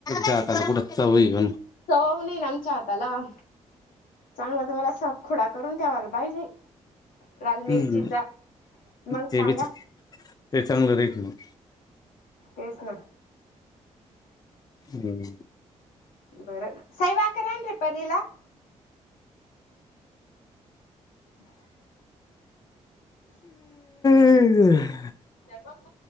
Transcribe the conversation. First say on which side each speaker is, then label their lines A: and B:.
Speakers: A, on the left; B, on the left.
A: जाता कुठं चाण
B: सो होनी नमच्या आतला चांगलं त मला असा खुडा करून ठेवाल बाहिजे लाल मिरचीचा
A: हम्म
B: मग
A: ते
B: सांगा
A: बी ते चांगलं राहील मग
B: तेच ना
A: हम्
B: बरं सैवाकररान ररी परीला ह हो
A: हम्म
B: बत